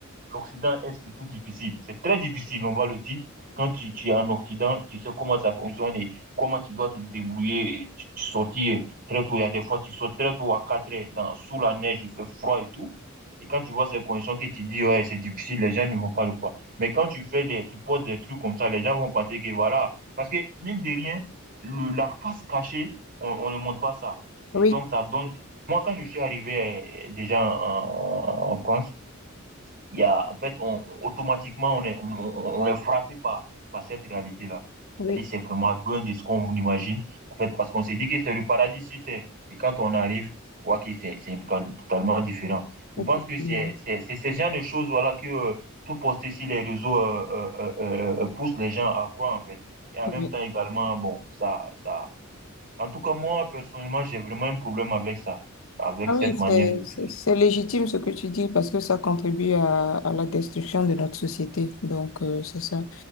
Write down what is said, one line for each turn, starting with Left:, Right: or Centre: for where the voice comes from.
Right: l'Occident est surtout difficile. C'est très difficile, on va le dire. Quand tu, tu es en Occident, tu sais comment ça fonctionne et comment tu dois te débrouiller. Et tu, tu sortis très tôt. Il y a des fois, tu sors très tôt à 4 heures, dans, sous la neige, il fait froid et tout. Et quand tu vois ces conditions que tu dis, ouais, c'est difficile, les gens ne vont pas le croire. Mais quand tu fais des, tu poses des trucs comme ça, les gens vont penser que voilà. Parce que, mine de rien, le, la face cachée, on, on ne montre pas ça. Et
Left: Oui,
Right: donc, ça donne, moi, quand je suis arrivé euh, déjà en, en France, il y a, en fait, on, on- automatiquement, on est, on, on- on est frappé par, par cette réalité-là.
Left: oui,
Right: C'est-à-dire, c'est vraiment loin de ce qu'on imagine. En fait, parce qu'on s'est dit que c'était le paradis sur Terre. Et quand on arrive, on voit que c'est, c'est to- totalement différent. Je
Left: effectivement.
Right: pense que c'est, c'est, c'est ce genre de choses, voilà, que euh, tout poster sur les réseaux euh, euh, euh, euh, euh, pousse les gens à croire, en fait. Et en
Left: Oui.
Right: même temps, également, bon, ça, ça. En tout cas, moi, personnellement, j'ai vraiment un problème avec ça, avec
Left: Ah
Right: cette
Left: oui,
Right: manière
Left: c'est
Right: de
Left: c'est-
Right: faire les choses.
Left: c'est légitime ce que tu dis parce que ça contribue à, à la destruction de notre société. Donc, euh, c'est ça.